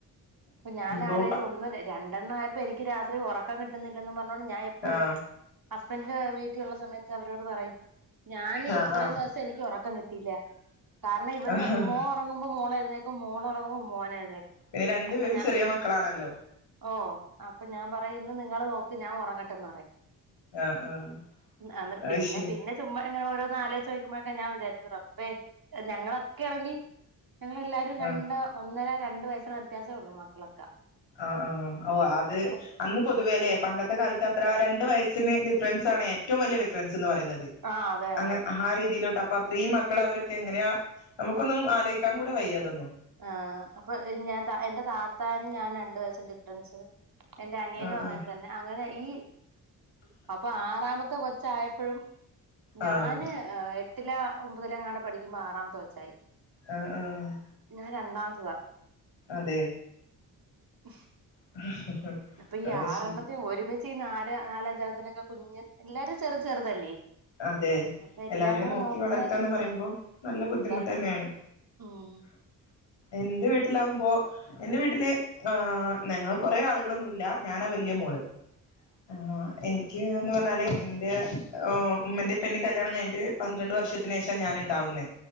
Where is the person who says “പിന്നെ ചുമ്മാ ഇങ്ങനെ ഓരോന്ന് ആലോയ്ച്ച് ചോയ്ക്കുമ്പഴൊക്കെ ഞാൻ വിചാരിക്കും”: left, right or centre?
Right